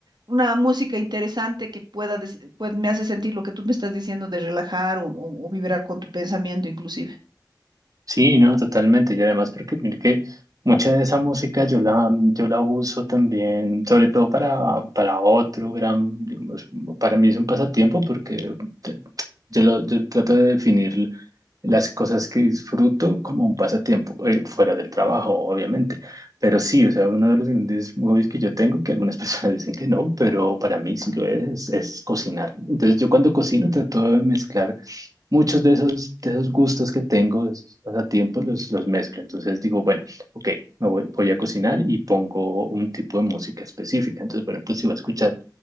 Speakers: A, on the right (about 75°); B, on the right (about 50°).
A: una música interesante que pueda, des- pues, me hace sentir lo que tú me estás diciendo de relajar o, o- o vibrar con tu pensamiento inclusive.
B: Sí, no, totalmente. Y además porque mire que mucha de esa música yo la, yo la uso también, sobre todo para, para otro gran, digamos, para mí es un pasatiempo porque te- yo, lo, yo trato de definir las cosas que disfruto como un pasatiempo, eh, fuera del trabajo, obviamente. Pero sí, o sea, uno de los grandes hobbies que yo tengo, que algunas <laughs> personas dicen que no, pero para mí sí lo es, es cocinar. Entonces yo cuando cocino trato de mezclar muchos de esos, de esos gustos que tengo, de esos pasatiempos, los, los mezclo. Entonces digo, bueno, ok, me voy, voy a cocinar y pongo un tipo de música específica. Entonces, por ejemplo, si voy a escuchar